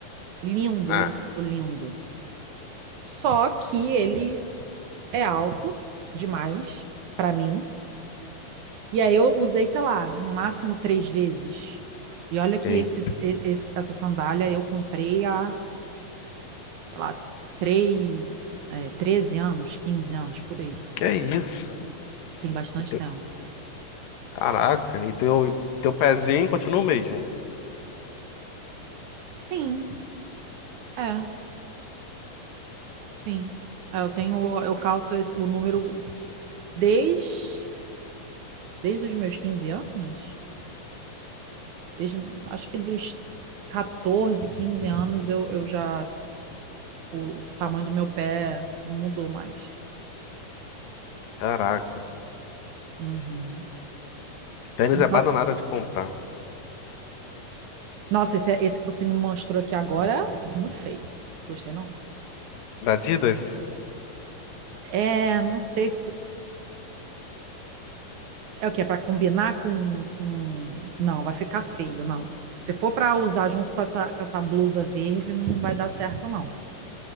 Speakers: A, on the right (about 70°); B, on the left (about 80°).
A: Lindo,
B: Ah,
A: lindo, lindo. Só que ele é alto demais para mim. E aí eu usei, sei lá, no máximo três vezes. E olha que
B: ei.
A: esse, esse- essa sandália eu comprei há sei lá, 3, é, 13 anos, 15 anos, por aí.
B: Que isso?
A: Tem bastante
B: E teu-
A: tempo.
B: Caraca, e teu, teu pezinho continua o mesmo.
A: Sim, é, sim. É, eu tenho, eu calço esse- o número desde, desde os meus 15 anos. Desde, acho que dos 14, quinze anos eu, eu já, o, o tamanho do meu pé não mudou mais.
B: Caraca.
A: Uhum.
B: Tênis
A: Então,
B: é bananada de comprar.
A: nossa, esse, é- esse que você me mostrou aqui agora é muito feio. Gostei, não?
B: Da Adidas?
A: É, não sei se. É o quê? É para combinar com, com. Não, vai ficar feio, não. Se for para usar junto com essa, com essa blusa verde, não vai dar certo, não.